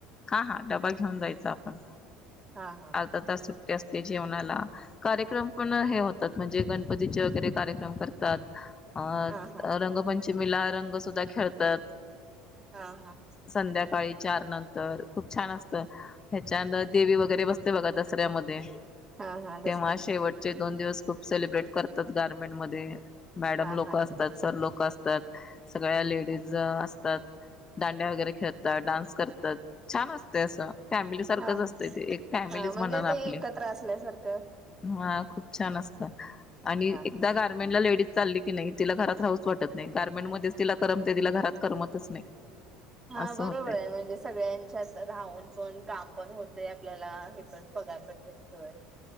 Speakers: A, on the left; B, on the right.
A: हा हा डबा घेऊन जायचा आपण.
B: हा हा
A: आता तस सु असते जेवणाला कार्यक्रम पण हे होतात म्हणजे गणपतीचे वगैरे कार्यक्रम करतात. अ
B: हा हा
A: रंगपंच शिमिला रंग सुद्धा खेळतात.
B: हा हा
A: संध्याकाळी चार नंतर खूप छान असत ह्याच्यानर देवी वगैरे बसते बघा दसऱ्यामध्ये
B: हा हा दुसरा
A: तेव्हा शेवटचे दोन दिवस खूप सेलिब्रेट करतात गार्मेंट मध्ये मॅडम
B: हा
A: लोक
B: हा
A: असतात, सर लोक असतात, सगळ्या लेडीज असतात, दांड्या खेळता डान्स करत तर छान असते असं फॅमिली सारखंच
B: हा
A: असत ते एक फॅमिलीच
B: हा म्हणजे
A: म्हण आपली
B: ते एकत्र असल्यासारखं
A: ह खूप छान असतात. आणि
B: हा
A: एकदा
B: हा.
A: गारमेंट ला लेडीज चालली की नाही तिला घरात राहूच वाटत नाही गार्मेंट मध्येच तिला करमते तिला घरात करमतच नाही.
B: हा
A: असं
B: बरोबर
A: होते
B: आहे म्हणजे सगळ्यांच्यात राहून पण काम पण होत. आपल्याला हे पण पगार पण भेटतोय.